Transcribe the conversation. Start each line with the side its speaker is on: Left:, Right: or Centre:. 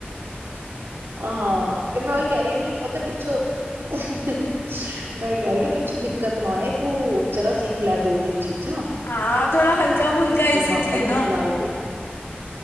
Right: ਹਾਂ। ਤੇ ਮੈਂ ਉਹੀ ਕਹਿ ਰਹੀ ਨੀ। ਪਤਾ ਪਿੱਛੋਂ। ਮੈਂ ਕਹਿ ਰਹੀ ਆ ਪਿੱਛੋਂ ਦਿੱਕਤ ਨਾ ਆਏ ਤੂੰ। ਜਰਾ ਸਿੱਖ ਲੈ ਦੋ ਤਿੰਨ ਚੀਜ਼ਾਂ।
Left: ਹਾਂ ਥੋੜਾ ਹਲਕਾ ਫੁਲਕਾ ਹੀ
Right: ਬ ਪਾਪਾ
Left: ਸਿੱਖ ਲੈਣਾ
Right: ਨੂੰ ਤੇ ਖਿਲਾਏ ਦੇ।